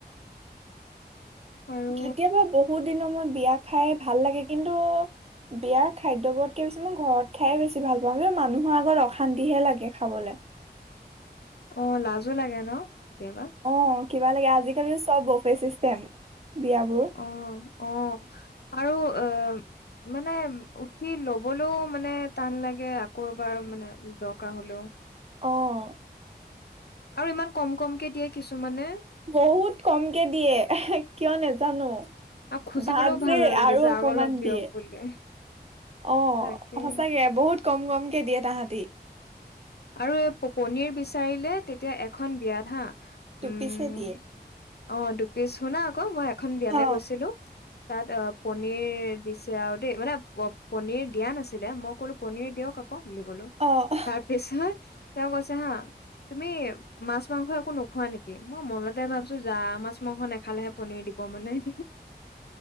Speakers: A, on the left; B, on the right.
A: আৰু
B: কেতিয়াবা বহুত দিনৰ মূৰত বিয়া খাই ভাল লাগে। কিন্তু বিয়াৰ খাদ্যবোৰতকে বেছি মই ঘৰত খাই বেছি ভাল পাওঁ, কিন্তু মানুহৰ আগত অশান্তি হে লাগে খাবলে।
A: অঁ লাজো লাগে ন কেতিয়াবা।
B: অ', কিবা লাগে, আজিকালি চব বফে চিষ্টেম বিয়াবোৰ
A: অ', অ', আৰু অ' মানে উঠি লবলৈও মানে টান লাগে আকৌ এবাৰ মানে দৰকাৰ হলেও
B: অ'।
A: আৰু ইমান কম কমকে দিয়ে কিছুমানে
B: বহুত কম কে দিয়ে, কিয় নেজানো
A: আৰু খুজিবলৈও
B: ভাত
A: ভাল
B: যে
A: নালাগে
B: আৰু
A: যে
B: অকমান
A: অলপ দিয়ক
B: দিয়ে,
A: বুলি
B: অ',
A: তাকে।
B: সঁচাকে বহুত কম কম কে দিয়ে, তাহাঁতি
A: আৰু এই, প-পনিৰ বিচাৰিলে তেতিয়া এখন বিয়াত হা
B: টোপিছে
A: উম
B: দিয়ে।
A: অ', দুপিচ শুনা আকৌ, মই এখন বিয়ালে
B: অ
A: গৈছিলো। তাত অ', পনিৰ দিছে আৰু দেই মানে প-পনিৰ দিয়া নাছিলে মোক। ক'লো পনীৰ দিয়ক আকৌ, বুলি ক'লো।
B: অ'
A: তাৰ পিছত, তেওঁ কৈছে হা তুমি মাছ-মাংস একো নোখোৱা নেকি, মই মনতে ভাবছো যা মাছ-মাংস নেখালেহে পনীৰ দিব মানে। <inaudible>